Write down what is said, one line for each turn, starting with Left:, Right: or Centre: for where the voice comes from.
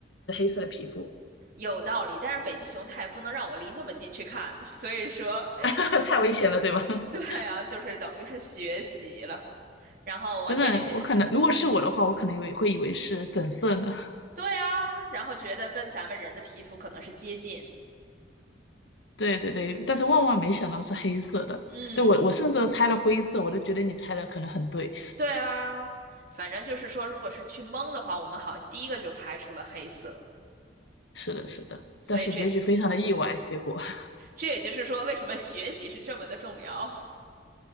Left: 是黑色的皮肤。
Right: 有道理。但是北极熊它也不能让我离那么近去看，所以说，
Left: <laughs> 那太危险了，对吧？
Right: <laughs>
Left: <laughs>
Right: 对啊，就是等于是学习了。然后我这里面，
Left: 真的，我可能如果是我的话，我可能也会以为是粉色呢。<laughs>
Right: 对啊，然后觉得跟咱们人的皮肤可能是接近。
Left: 对对对，但是万万没想到是黑色的。
Right: 嗯，
Left: 对我，我甚至都猜了灰色，我都觉得你猜的可能很对。
Right: 对啊，反正就是说，如果是去蒙的话，我们好像第一个就排除了黑色，
Left: 是的，是的，
Right: 所以这
Left: 但是结局非常的意外，结果 <laughs>
Right: 这也就是说，为什么学习是这么的重要。<laughs>